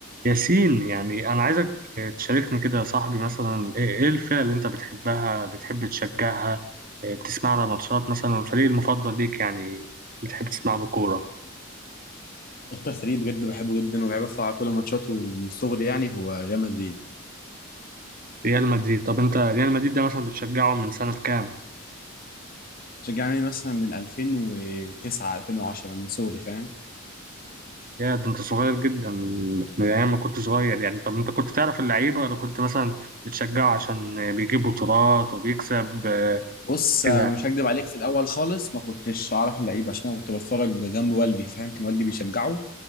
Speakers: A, on the right; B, on the left.
A: ياسين يعني أنا عايزك تشاركني كده يا صاحبي مثلا إيه إيه الفرق اللي أنت بتحبها بتحب تشجعها إيه بتسمع لها ماتشات مثلا والفريق المفضل ليك يعني بتحب تسمع له كورة
B: اكتر فريق بجد بحبه جدا وبحب اتفرج على كل ماتشاته من صغري يعني هو ريال مدريد
A: ريال مدريد طب أنت ريال مدريد ده مثلا بتشجعه من سنة كام؟
B: بشجع يعني مثلا من 2009 2010 من صغري فاهم
A: يا ده أنت صغير جدا من من أيام ما كنت صغير يعني طب أنت كنت تعرف اللعيبة ولا كنت مثلا بتشجعه عشان بيجيب بطولات وبيكسب آه،
B: بص
A: كده
B: آه، مش هكدب عليك في الاول خالص ما كنتش اعرف اللعيبه عشان انا كنت بتفرج جنب والدي فاهم كان والدي بيشجعه